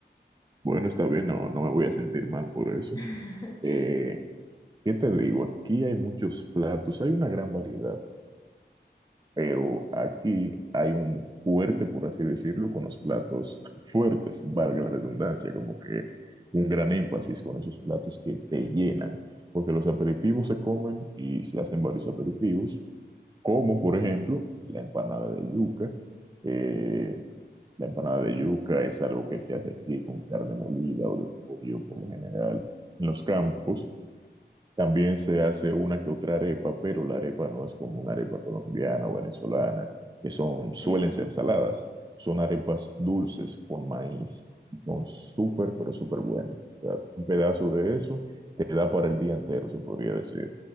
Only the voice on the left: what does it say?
<laughs>
De- o